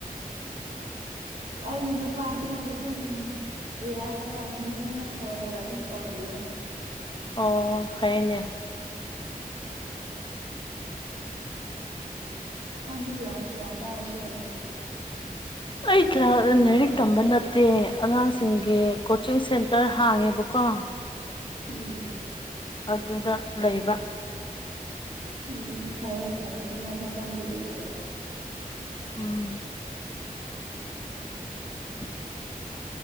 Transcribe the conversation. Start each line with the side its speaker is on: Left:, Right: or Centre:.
Right: ꯑꯩꯒꯤ ꯅꯨꯄꯥꯗꯤ ꯑꯗꯨꯝ ꯔꯤꯍꯦꯟꯅ ꯕꯤꯖꯤꯅꯦꯁ ꯈ꯭ꯔ ꯈ꯭ꯔ ꯑꯗꯨꯝ ꯇꯧꯔꯤꯌꯦ
Left: ꯑꯣ ꯐꯩꯅꯦ
Right: ꯅꯪꯗꯤ ꯀ꯭ꯂꯥꯁ ꯀꯌꯥ ꯀꯥꯔꯒꯦ
Left: ꯑꯩ ꯀ꯭ꯂꯥ ꯂꯥꯏꯔꯤꯛ ꯇꯝꯕ ꯅꯠꯇꯦ ꯑꯉꯥꯡꯁꯤꯡꯒꯤ ꯀꯣꯆꯤꯡ ꯁꯦꯟꯇ꯭ꯔ ꯍꯥꯡꯉꯦꯕꯀꯣ
Right: ꯎꯝ
Left: ꯑꯗꯨꯗ ꯂꯩꯕ
Right: ꯎꯝ ꯐꯩꯌꯦ ꯐꯩꯌꯦ ꯍꯣꯠꯅꯕ ꯀꯟꯕꯗꯤ ꯐꯩꯌꯦ
Left: ꯎꯝ <unintelligible>